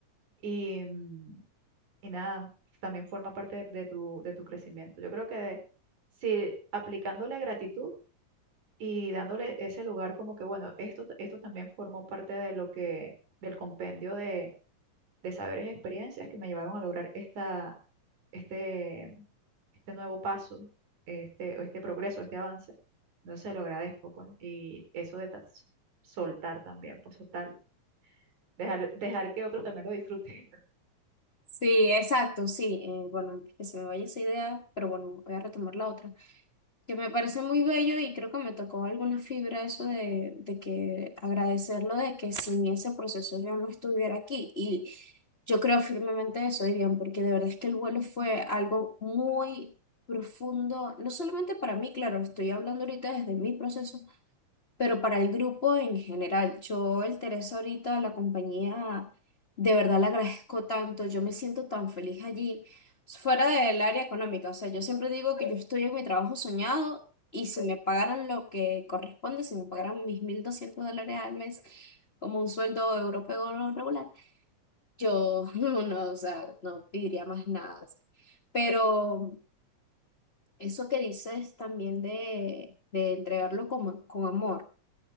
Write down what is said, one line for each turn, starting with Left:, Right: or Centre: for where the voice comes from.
Right: Y, mm, y nada, también forma parte de tu, de tu crecimiento. Yo creo que si aplicándole gratitud y dándole ese lugar como que, bueno, esto, esto también formó parte de lo que, del compendio de, de saberes y experiencias que me llevaron a lograr esta, este este nuevo paso, este, o este progreso, este avance. No se lo agradezco, pues. Y eso de tas- soltar también, pues soltar, dejar, dejar que otros también lo disfruten. <laughs>
Left: Sí, exacto, sí. Eh, bueno, antes que se me vaya esa idea, pero bueno, voy a retomar la otra. que me parece muy bello y creo que me tocó alguna fibra eso de, de que agradecerlo de que sin ese proceso yo no estuviera aquí. Y yo creo firmemente eso, Irian, porque de verdad es que el vuelo fue algo muy profundo, no solamente para mí, claro, estoy hablando ahorita desde mi proceso, pero para el grupo en general, yo el Teresa ahorita, la compañía, de verdad la agradezco tanto, yo me siento tan feliz allí, fuera del área económica, o sea, yo siempre digo que yo estoy en mi trabajo soñado y si me pagaran lo que corresponde, si me pagaran mis 1.200 dólares al mes como un sueldo europeo regular, yo <laughs> no, o sea, no pediría más nada. o sea. Pero eso que dices también de, de entregarlo con, con amor.